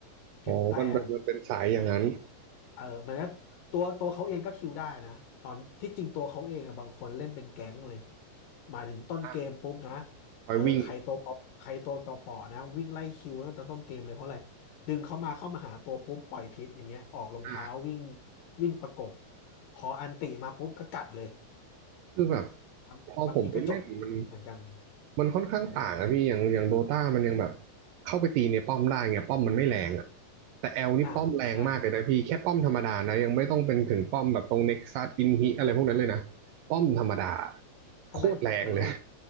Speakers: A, on the left; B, on the right.
A: เก็บแต้ม
B: อ๋อมันเป็นมันเป็นสายอย่างนั้น
A: เออเหมือนว่าตัวตัวเขาเองก็คิวได้นะตอนที่จริงตัวเขาเองอะบางคนเล่นเป็นแก๊งเลยหมายถึงต้นเกมปุ๊บนะ
B: อ่าคอยวิ่ง
A: เออใครตัวเปาะใครตัวเปาะๆนะวิ่งไล่คิวตั้งแต่ต้นเกมเลยเพราะอะไรดึงเข้ามาเข้ามาหาตัวปุ๊บปล่อยพิษอย่างเงี้ยออกรองเท้าวิ่ง
B: อ่า
A: วิ่งประกบพออันติมาปุ๊บก็กัดเลย
B: คือแบบ
A: บางบางทีก็จบเหมือนกัน
B: พอผมไปเล่น มันมันค่อนข้างต่างอะพี่อย่างอย่างโดตามันยังแบบ
A: อืม
B: เข้าไปตีในป้อมได้ไงป้อมมันไม่แรงอะแต่แอลนี่ป้อมแรงมากเลยนะพี่แค่ป้อมธรรมดานะ
A: อ่าใช่
B: ยังไม่ต้องเป็นถึงป้อมแบบตรงเน็กซัสอินฮิอะไรพวกนั้นเลยนะป้อมธรรมดา
A: ทำไมเหมือนว่า
B: โคตรแรงเลย